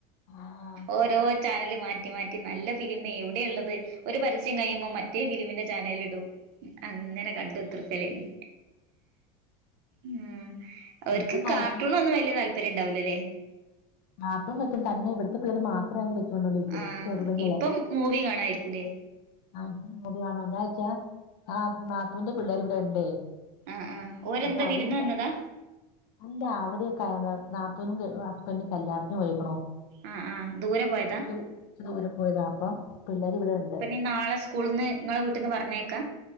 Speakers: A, on the left (about 75°); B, on the right (about 60°).
A: ആഹ്
B: ഒരോര്. ചാനല് മാറ്റി മാറ്റി നല്ല ഫിലിമ് എവിടേള്ളത് ഒര് പരസ്യം കഴിയ്മ്പോ മറ്റേ ഫിലീമിന്റെ ചാനലിടും അങ്ങനെ കണ്ടുതൃക്കലെനി. ഉം അവര്ക്ക്
A: ഇപ്പം നാട്ടി-
B: കാർട്ടൂണാന്നും വല്യ താല്പര്യണ്ടാവൂലലേ
A: മാപ്പം വെക്കും തന്നെ ഇവിടത്തെ പേര് മാം. അപ്രം വെച്ചൊണ്ടോണ്ടിരിക്കും
B: ആഹ്
A: ചെറുത്ങ്ങളെ.
B: ഇപ്പം മൂവി കാണായിരിക്കൂലേ
A: ആഹാ പ്പം എന്താച്ചാ ആഹാ നാത്തൂന്റെ പിള്ളേര് ഇവിടാണ്ടേയ്.
B: ആഹ് ആഹ് ഓരെന്താ
A: അപ്പോ അവര്‌നിക്ക
B: വിരുന്ന് വന്നതാ
A: അല്ല അവര്ക്കന്താ നാത്തൂനും കെ- പ്പന്ന് കല്യാണതിന് പോയൊക്കണൊ?
B: ആഹ് ആഹ് ദൂരെ പോയതാ
A: കൊച്ച് കൊറച്ച് ദൂരെ പോയതാ, അപ്പം പിള്ളേര് ഇവിടെ ഇണ്ട്.
B: ഇൻ നാളെ സ് സ്കൂൾന്ന് ഇങ്ങളെ വീട്ട്ന്ന് പർഞ്ഞയക്കാ